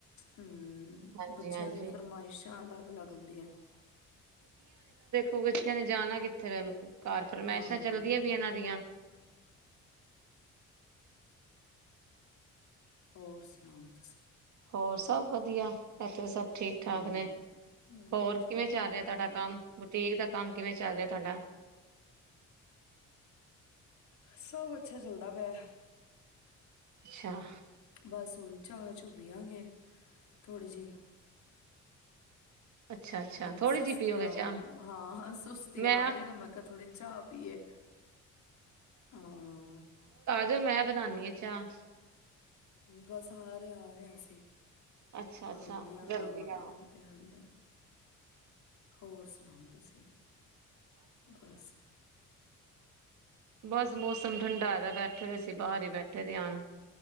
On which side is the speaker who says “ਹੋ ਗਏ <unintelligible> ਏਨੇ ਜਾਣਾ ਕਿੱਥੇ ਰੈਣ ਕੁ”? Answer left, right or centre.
Right